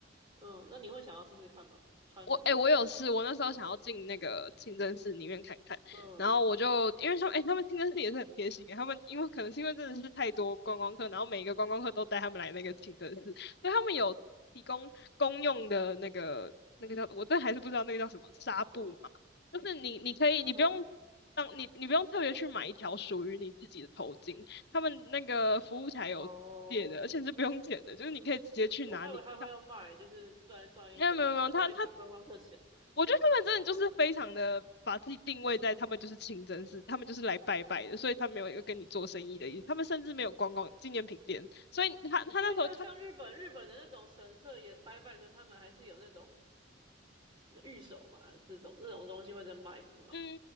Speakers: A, on the right; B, on the left.
A: 嗯，那你会想要试试看吗？穿人那样子，
B: 我哎、欸我有事，我那时候想要进那个清真寺里面看看，
A: 嗯，
B: 然后我就因为说，们哎、他们清真寺也是很贴心欸他们因为可能是因为真的是太多观光客，然后每一个观光客都带他们来那个清真寺，所以他们有提供公用的那个那个叫我这还是不知道那个叫什么纱布嘛，
A: 什么
B: 就是你你可以你不用当你你不用特别去买一条属于你自己的头巾，
A: 啊？
B: 他们那个服务台有借的，
A: 哦，
B: 而且是不用钱的，就是你可以直接去拿你票。
A: 我还以为他会要卖，就是赚赚一笔赚一笔观光客钱，
B: 没有没有没有，他他我觉得他们真的就是非常的把自己定位在他们就是清真寺，他们就是来拜拜的，所以他没有一个跟你做生意的意思，他们甚至没有逛逛纪念品店，所以他他那时候他
A: 因为像像日本日本的那种神社也拜拜，可是他们还是有那种御守嘛，这种这种东西会在卖，不是吗？
B: 嗯，